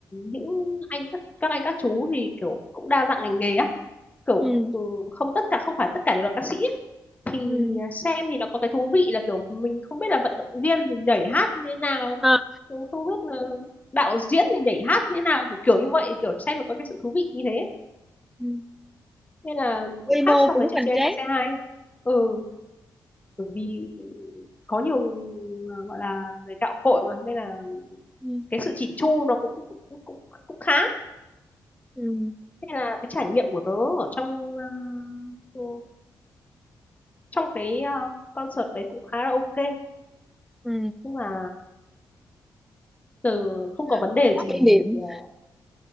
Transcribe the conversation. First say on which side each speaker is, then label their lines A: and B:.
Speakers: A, on the left; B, in the centre.
A: những anh các các anh các chú thì kiểu cũng đa dạng ngành nghề á kiểu
B: Ừ.
A: ừ, không tất cả không phải tất cả đều là ca sĩ á. thì
B: Ừ.
A: à, xem thì nó có cái thú vị là kiểu mình không biết là vận động viên thì nhảy hát như thế nào
B: À,
A: cũng không biết là đạo diễn thì nhảy hát như thế nào kiểu, kiểu như vậy kiểu xem nó có cái sự thú vị như thế
B: ừ.
A: nên là
B: quy
A: cũng khác
B: mô
A: so
B: cũng
A: với chương
B: hoành
A: trình
B: tráng.
A: anh trai say hi ừ bởi vì có nhiều ừ, gọi là người gạo cội mà nên là
B: Ừ.
A: cái sự chỉn chu nó cũng cũng cũng cũng, cũng khá
B: Ừ.
A: Nên là cái trải nghiệm của tớ ở trong ờ, ừ, trong cái ờ, concert đấy cũng khá là ok.
B: Ừ.
A: Nhưng mà từ không
B: À,
A: có vấn đề
B: Có
A: gì
B: kỷ niệm.
A: ờ,